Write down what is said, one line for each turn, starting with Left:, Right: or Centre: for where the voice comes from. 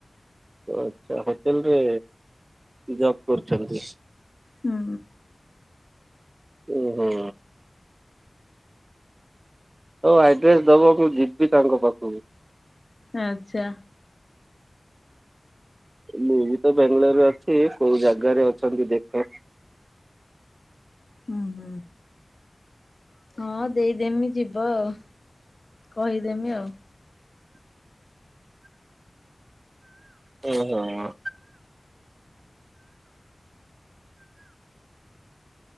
Right: ଆଚ୍ଛା ହୋଟେଲ ରେ ଜବ କରୁଛନ୍ତି?
Left: ହୁଁ।
Right: ଓୁ ହୁ। ହଉ ଆଡ୍ରେସ ଦବ ମୁଁ ଯିବି ତାଙ୍କ ପାଖକୁ।
Left: ଆଚ୍ଛା।
Right: ମୁଁ ବି ତ ବାଙ୍ଗାଲୋରରେ ଅଛି, କୋଉ ଜାଗାରେ ଅଛନ୍ତି ଦେଖେ
Left: ହୁଁ ହୁଁ। ହଁ ଦେଇଦେମି ଯିବ ଆଉ, କହିଦେମି ଆଉ
Right: ହୁଁ ହୁଁ